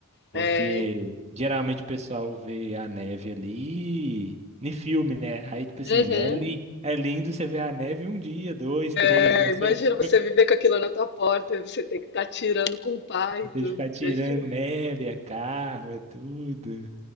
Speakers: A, on the right (about 30°); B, on the left (about 50°).
A: Porque
B: É.
A: geralmente o pessoal vê a neve ali em filme, né? Aí, tipo assim,
B: Uhum.
A: é, li é lindo você ver a neve um dia, dois, três,
B: É,
A: mas
B: imagina
A: você, <laughs>
B: você
A: você
B: viver com aquilo na tua porta, você tem que estar tirando com o pai e tudo.
A: tem que ficar tirando
B: Imagina.
A: neve, é carro, é tudo.